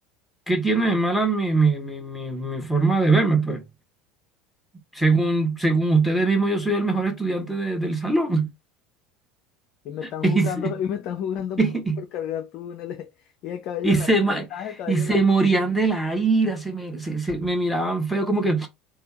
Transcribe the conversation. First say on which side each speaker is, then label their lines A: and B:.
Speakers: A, in the centre; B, on the left.
A: ¿qué tiene de mala mi, mi, mi, mi, mi forma de verme? Pues según, según ustedes mismos, yo soy el mejor estudiante de- del salón.
B: Y me están
A: Y
B: jugando,
A: se,
B: y me están
A: <laughs>
B: jugando
A: y,
B: por, por cargar túneles. Y el cabello
A: se,
B: largo,
A: ma-
B: quizás el cabello
A: y se
B: largo.
A: morían de la ira, se me, se- se me miraban feo, como que,